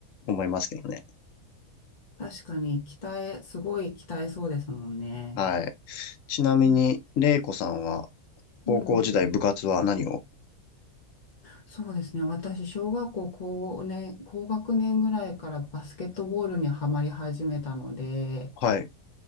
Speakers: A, on the left; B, on the left.
A: 思いますけどね。
B: 確かに、鍛え、すごい鍛えそうですもんね。
A: はい。ちなみに、
B: うん
A: レイコさんは高校時代部活は何を
B: うん。そうですね。私、小学校高年、高学年ぐらいからバスケットボールにはまり始めたので、
A: はい。